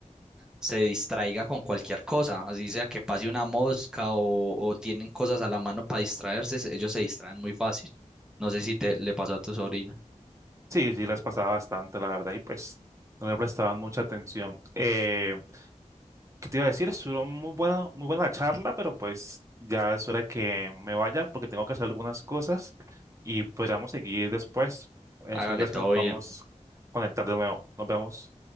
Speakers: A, in the centre; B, on the right.
A: se distraiga con cualquier cosa, así sea que pase una mosca o, o tienen cosas a la mano para distraerse, se- ellos se distraen muy fácil. No sé si te le pasó a tu sobrina
B: sí, sí les pasaba bastante, la verdad, y pues no le prestaban mucha atención. Eh, ¿qué te iba a decir? Estuvo muy buena, muy buena la charla, pero pues ya es hora que me vaya porque tengo que hacer algunas cosas y podríamos seguir después, en
A: Hágale
B: esos días
A: todo
B: que nos podamos
A: bien.
B: conectar de nuevo. Nos vemos.